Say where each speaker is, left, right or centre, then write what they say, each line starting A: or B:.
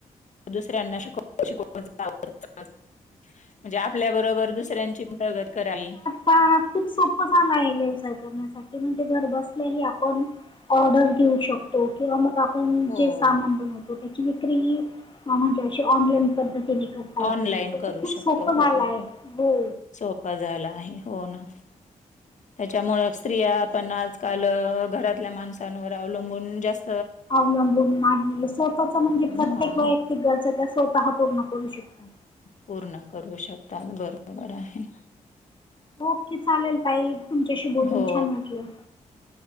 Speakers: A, on the left (about 55°); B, on the left (about 30°).
A: दुसऱ्यांना <unintelligible> म्हणजे आपल्या बरोबर दुस सऱ्यांची प्रगती कराल.
B: ता खूप सोप झाला आहे व्यवसाय करण्यासाठी म्हणजे घर बसल्याही आपण ऑर्डर घेऊ शकतो. किंवा मग आपण
A: हो.
B: जे सामान बनवतो त्याची विक्री ही म्हणजे अशी ऑनलाईन पद्ध तिनी खुप हाय
A: ऑनलाईन
B: ते तर
A: करू
B: खूप
A: शकतो
B: सोपं
A: हो
B: झालाय हो.
A: सोपा झाला आहे, हो ना. त्याच्यामुळे स्त्रिया आपण आजकाल घरातल्या माणसांवर अवलंबून जास्
B: अवलंबून नाही स्वतःच म्हणजे
A: हां
B: प्रत्येक वैयक्तिक गरजा त्या स्वतः पूर्ण करू शकतात.
A: पूर्ण करू शकतात बरोबर आहे.
B: ओके चालेल ताई तुमच्याशी बोलून
A: हो.
B: छान वाटलं,